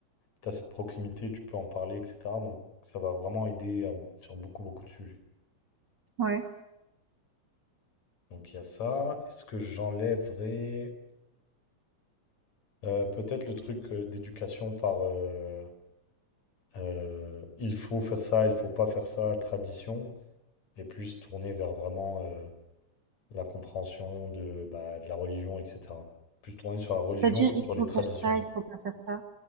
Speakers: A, on the left (about 65°); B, on the right (about 40°).
A: tu as cette proximité, tu peux en parler, etc. Donc, ça va vraiment aider à- sur beaucoup, beaucoup de sujets.
B: ouais.
A: Donc, il y a ça. Est-ce que j'enlèverais euh, peut-être le truc euh, d'éducation par... euh, euh, il faut faire ça, il faut pas faire ça, tradition, et plus tourner vers vraiment euh, la compréhension de, bah, de la religion, etc. Plus tourner sur la religion
B: C'est-à-dire,
A: que
B: il
A: sur les
B: faut
A: traditions.
B: faire ça, il faut pas faire ça?